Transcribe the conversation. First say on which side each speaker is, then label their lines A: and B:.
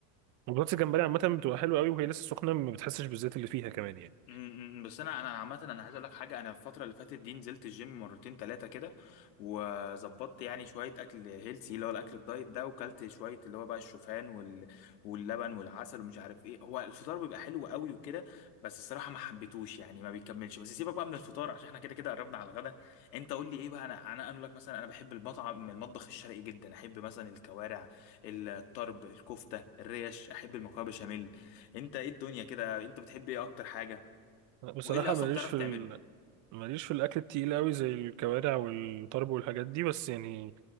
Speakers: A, on the right; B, on the left.
A: البطاطس الجمبري عامة بتبقى حلوة قوي وهي لسه سخنة ما بتحسش بالزيت اللي فيها كمان يعني
B: امم بس انا انا عامه انا عايز اقول لك حاجه انا الفتره اللي فاتت دي نزلت الجيم مرتين ثلاثه كده وظبطت يعني شويه اكل هيلسي اللي هو الاكل الدايت ده وكلت شويه اللي هو بقى الشوفان وال... واللبن والعسل ومش عارف ايه هو الفطار بيبقى حلو قوي وكده بس الصراحه ما حبيتهوش يعني ما بيكملش بس سيبك بقى من الفطار عشان احنا كده كده قربنا على الغدا انت قول لي ايه بقى انا انا اقول لك مثلا انا بحب المطعم المطبخ الشرقي جدا احب مثلا الكوارع الطرب الكفته الريش احب المكرونه بشاميل انت ايه الدنيا كده انت بتحب ايه اكتر حاجه
A: <laughs> بصراحة
B: وايه اللي اصلا
A: ماليش
B: بتعرف
A: في
B: تعمله
A: ال... ماليش في الأكل التقيل قوي زي الكوارع والطرب والحاجات دي بس يعني